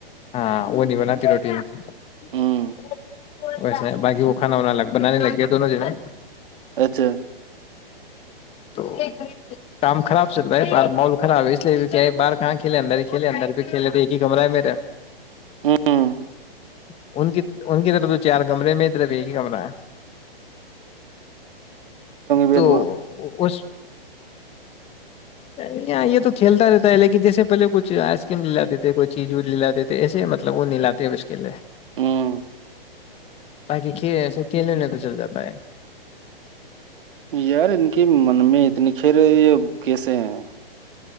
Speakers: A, on the left; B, on the right.
A: ہاں وہ نہیں بناتی روٹی اچھی <unintelligible>
B: ہوں
A: ویسے بقی وہ کھانا وا بنانے لگ گیا دونوں جنے
B: اچھا
A: تو کام خراب سے تو بھائی ب مول خراب ہے اس لیے کیا باہار کہاں کھیلے اندر ہی کھیل اندر بھی کھیلے تھ ایک ہی کمرہ ہے میرا
B: ہوں
A: <unintelligible> ان کی ان کی طرف تو چار کمرے میں طرف ایک ہی کمرہ ہے
B: بید
A: تو
B: با
A: خوش اں یہ تو کھیلتا رہتا ہے لیکن جیسے پہلے کچھ آئس کریم لا دیتے تھے کوئی چیز وغیرہ لا دیتے تھے ایسے مطلب وہ نہیں لاتے اب اس کے لیے
B: ہوں
A: باقی کھیل ایسے کھیلوںنے تو چل جاتا ہے
B: یار ان کے من میں اتنی پھر یہ کیسے ہیں